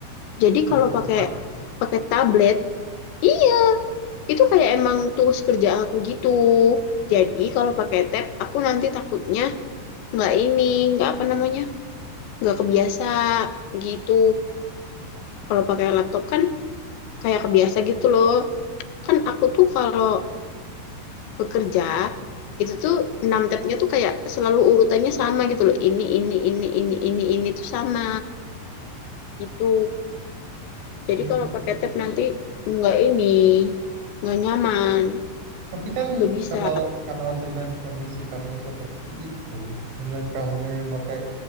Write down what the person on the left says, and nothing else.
Jadi
kalau pakai
pakai tablet, iya itu kayak emang tools kerja aku gitu. Jadi kalau pakai tab, aku nanti takutnya nggak ini, nggak apa namanya, nggak kebiasa gitu kalau pakai laptop kan kayak kebiasa gitu loh kan aku tuh kalau bekerja itu tuh enam tabnya tuh kayak selalu urutannya sama gitu loh ini ini ini ini ini ini tuh sama gitu jadi
kalau pakai tab nanti nggak ini nggak nyaman
nggak bisa